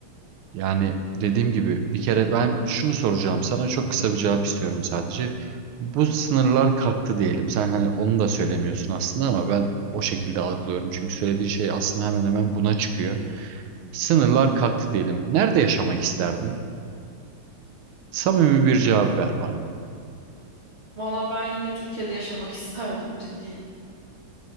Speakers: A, on the right; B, on the right.
A: yani dediğim gibi bir kere ben şunu soracağım sana çok kısa bir cevap istiyorum sadece. Bu sınırlar kalktı diyelim. Sen hani onu da söylemiyorsun aslında ama ben o şekilde algılıyorum. Çünkü söylediğin şey aslında hemen hemen buna çıkıyor. Sınırlar kalktı diyelim. Nerede yaşamak isterdin? Samimi bir cevap ver bana.
B: Valla ben yine Türkiye'de yaşamak <laughs> isterdim ciddiyim.